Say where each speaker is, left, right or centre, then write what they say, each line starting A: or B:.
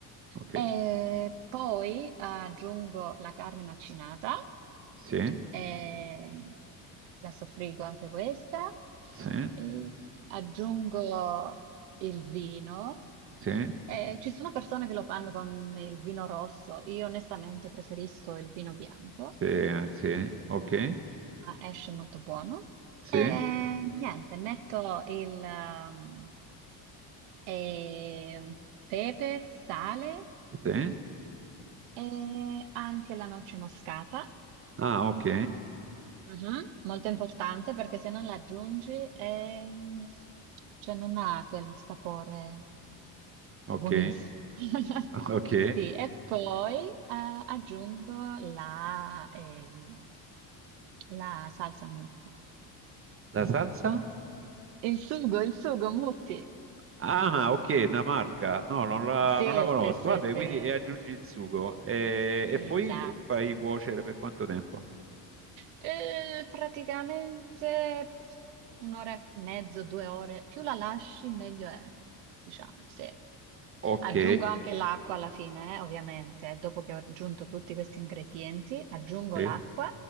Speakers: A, on the right (about 30°); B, on the right (about 80°).
A: ok,
B: E poi aggiungo la carne macinata
A: sì,
B: e la soffriggo anche questa.
A: sì,
B: E aggiungo il vino.
A: sì,
B: Eh, ci sono persone che lo fanno con il vino rosso, io onestamente preferisco il vino bianco.
A: sì, sì, ok,
B: Ah, esce molto buono.
A: sì,
B: E niente, metto il um, e pepe, sale
A: sì.
B: e anche la noce moscata.
A: Ah, ok,
B: Mhm, Molto importante perché se non la aggiungi è- cioè non ha quel sapore
A: ok,
B: buonissimo. <laughs>
A: <laughs> ok.
B: Sì, e poi eh, aggiungo la, ehm, la salsa Mutti.
A: La salsa?
B: Il sugo, il sugo Mutti.
A: Ah, ok, una marca. No, non la,
B: Sì,
A: non la conosco.
B: sì, sì,
A: Vabbè,
B: sì,
A: quindi e aggiungi il sugo e,
B: esatto.
A: e poi eh, fai cuocere per quanto tempo?
B: Eh, praticamente un'ora e mezzo, due ore, più la lasci meglio è, diciamo, sì.
A: Ok,
B: Aggiungo anche l'acqua alla fine, eh, ovviamente, dopo che ho aggiunto tutti questi ingredienti, aggiungo
A: sì,
B: l'acqua